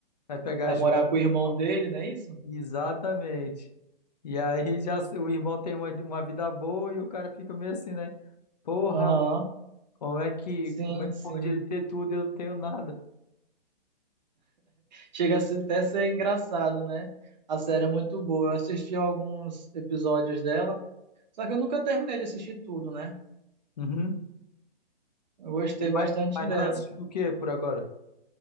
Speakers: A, on the left; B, on the right.
A: vai pegar
B: A
A: ajuda
B: morar
A: do
B: com o irmão
A: irmão.
B: dele, não é isso?
A: Exatamente. E aí já s- o irmão tem uma, uma vida boa e o cara fica meio assim, né? Porra,
B: Aham.
A: Como é que,
B: Sim,
A: como é que
B: sim.
A: pode ele ter tudo e eu não tenho nada?
B: Chega a ser- até ser engraçado, né? A série é muito boa. Eu assisti alguns episódios dela, só que eu nunca terminei de assistir tudo, né?
A: Uhum.
B: Eu gostei
A: E,
B: bastante
A: mas, mas
B: dela.
A: tu tá assistindo o que por agora?